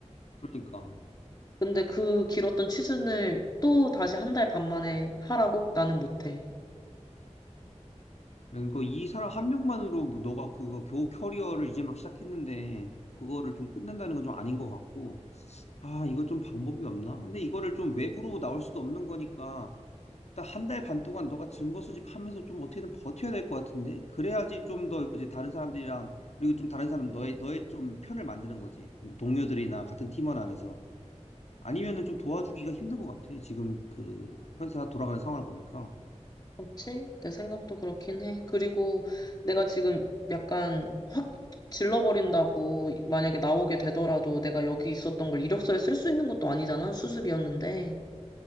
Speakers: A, on the left; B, on the left.
A: 그러니까.
B: 근데 그 길었던 취준을 또 다시 한 달 반 만에 하라고? 나는 못해.
A: 그러니까 이 사람 한 명만으로 뭐 너가 그거 겨우 커리어를 이제 막 시작했는데 그거를 좀 끝낸다는 건 좀 아닌 것 같고. 아, 이거 좀 방법이 없나? 근데 이거를 좀 외부로 나올 수도 없는 거니까 일단 한 달 반 동안 너가 증거 수집하면서 좀 어떻게든 버텨야 될 것 같은데 그래야지 좀 더 이제 다른 사람들이랑 그리고 좀 다른 사람 너의 너의 좀 편을 만드는 거지 뭐 동료들이나 같은 팀원 안에서 아니면은 좀
B: 음,
A: 도와주기가 힘든 것 같아 지금 그 회사 돌아가는 상황을 보니까
B: 그렇지? 내 생각도 그렇긴 해. 그리고 내가 지금 약간 확 질러버린다고 만약에 나오게 되더라도 내가 여기 있었던 걸 이력서에 쓸 수 있는 것도 아니잖아. 수습이었는데.